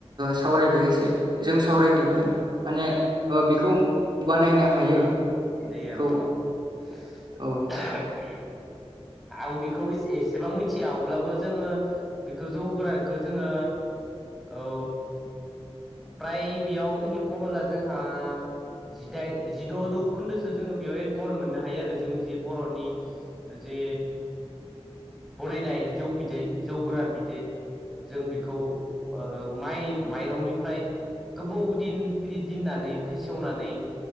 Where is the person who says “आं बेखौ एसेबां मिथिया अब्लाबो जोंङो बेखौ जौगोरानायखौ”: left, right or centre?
Centre